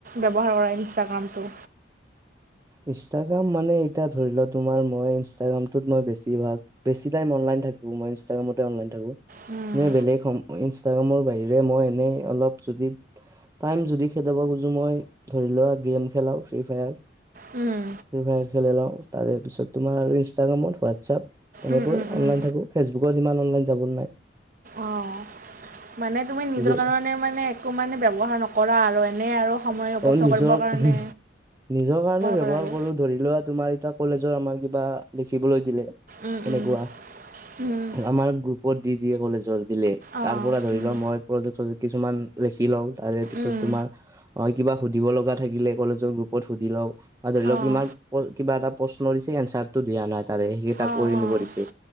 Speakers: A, on the right; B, on the right.
A: ব্যৱহাৰ কৰা ইঞ্চষ্টাগ্ৰামটো।
B: ইনষ্টাগ্ৰাম মানে এতিয়া ধৰি লও তোমাৰ মই ইনষ্টাগ্ৰামটোত মই বেছি ভাগ বেছি টাইম অনলাইন থাকো মই ইনষ্টাগ্ৰামতে অনলাইন থাকো।
A: উম,
B: এনে বেলেগ ইনষ্টাগ্ৰামৰ বাহিৰে মই এনেই অলপ যদি টাইম যদি খেদাব খুজো মই ধৰি লোৱা গেম খেলাও ফ্ৰী ফায়াৰ।
A: উম,
B: ফ্ৰী ফায়াৰ খেলি লাও তাৰে পিছত তোমাৰ আৰু ইনষ্টাগ্ৰামত হোৱাটছআপ। এনেকৈ
A: উম, উম।
B: অনলাইন থাকো ফেচবুকত ইমান অনলাইন যাব নাই।
A: অ', মানে তুমি নিজৰ
B: এইবিলাক
A: কাৰণে মানে একো মানে ব্যৱহাৰ নকৰা আৰু এনেই আৰু। সময় অপচয়
B: অ, নিজৰ
A: কৰিবৰ কাৰণে
B: - নিজৰ কাৰণে ব্যৱহাৰ
A: কৰা আৰু
B: কৰো। ধৰি লোৱা তুমাৰ এতিয়া কলেজৰ আমাৰ কিবা দেখিবলৈ দিলে।
A: উম উম
B: এনেকুৱা
A: উম
B: আমাৰ গ্ৰুপত দি দিয়ে কলেজৰ দিলে।
A: অঁ
B: তাৰ পৰা ধৰি
A: উম
B: লও মই প্ৰহেক্টৰ কিছুমান লিখি লও তাৰে পিছত
A: উম
B: তোমাৰ হয় কিবা সুধিব লগা থাকিলে কলেজৰ গ্ৰুপত সুধি লওক আৰু ধৰি লওক
A: অঁ
B: ইমান কিবা এটা প্ৰশ্ন দিছে এনচাৰটো দিয়া নাই তাৰে সেইকেইটা
A: অঁ
B: কৰি
A: অঁ
B: নিব দিছে।